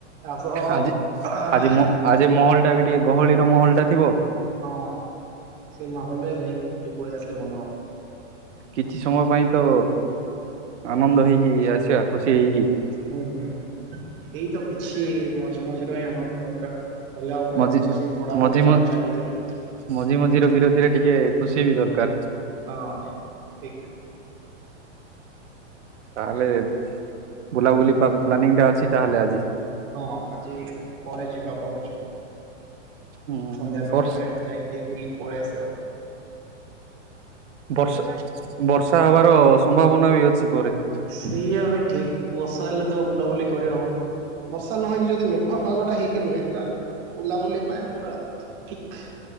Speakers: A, on the right; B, on the right.
A: ତା ସହ
B: ଆଜି ଆଜି ମ ଆଜି ମହଲ୍ ଟାବି ଟିକେ ଗହଳିର ମହଲ୍ ଟା ଥିବ
A: ହଁ ସେଇ ମାହଲ୍ ରେ ଯାଇକି ବୁଲି ପଳେଇ ଆସିଲେ ଭଲ ହ
B: କିଛି ସମୟ ପାଇଁ ତ ଆନନ୍ଦ ହେଇକି ଆସିବା ଖୁସି ହେଇକି
A: ହୁଁ ହୁଁ ଏଇ ତ କିଛି ମଝି ମଝିର ହିଁ ଆନଦ୍ ଦର୍କାର୍ ହେଲେ ଆଉ କଣ
B: ମଜି
A: ଅଛି ସେଇ ପଢାପଢି
B: ମଝି
A: ହିଁ
B: ମ
A: ତ ଚାଲିଥିବ।
B: ମଝି ମଝିର ବିରତିରେ ଟିକେ ଖୁସି ବି ଦର୍କାର୍।
A: ହଁ ଠିକ୍।
B: ତାହେଲେ ବୁଲାବୁଲି ପା ପ୍ଲାନିଂ ଟା ଅଛି ତାହେଲେ ଆଜି?
A: ହଁ ଆଜି ପରେ ଯିବା ହଉଛି।
B: ହୁଁ
A: ସନ୍ଧ୍ୟା
B: ହୁଁ
A: ସମୟରେ
B: ବର୍ଷ
A: ଯାଇକିରି ବୁଲି ପଳେ ଆସିବା।
B: ବର୍ଷା ବର୍ଷା ହବାର ସମ୍ଭାବନା ବି ଅଛି ପରେ?
A: ସେଇଆ ବି ଠିକ୍ ବର୍ଷା ହେଲେ ତ ବୁଲାବୁଲି କରିହବନି ବର୍ଷା ନହେକି ଯଦି ମେଘୁଆ ପାଗଟା ହେଇକି ରୁହେ ତାହେଲେ ବୁଲାବୁଲି ପାଇଁ ପୁରା ଠିକ୍